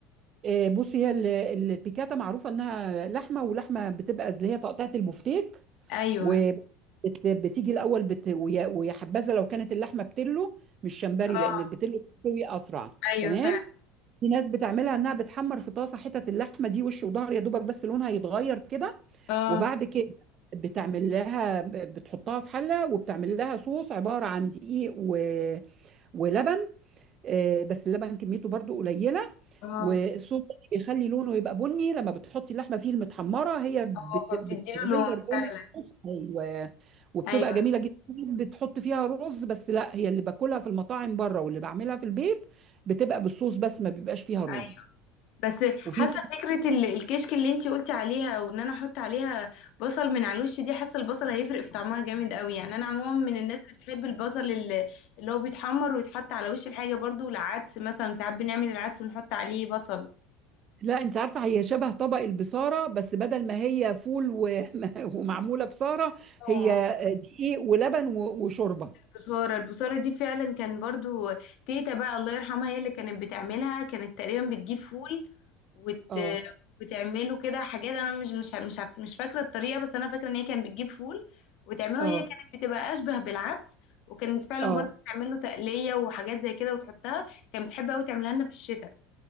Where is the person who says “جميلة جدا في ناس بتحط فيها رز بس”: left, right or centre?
Right